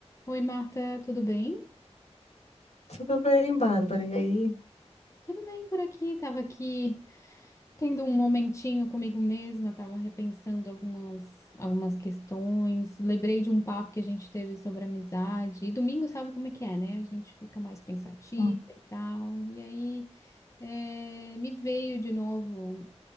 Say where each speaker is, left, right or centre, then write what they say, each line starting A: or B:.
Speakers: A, on the left; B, on the left.
A: Oi, Marta, tudo bem?
B: Tudo bem, Bárbara? E aí?
A: Tudo bem por aqui. Tava aqui tendo um momentinho comigo mesma, tava repensando algumas algumas questões. Lembrei de um papo que a gente teve sobre amizade. E domingo sabe como é que é, né? A gente fica mais pensativa
B: Hum,
A: e tal. E aí é, me veio de novo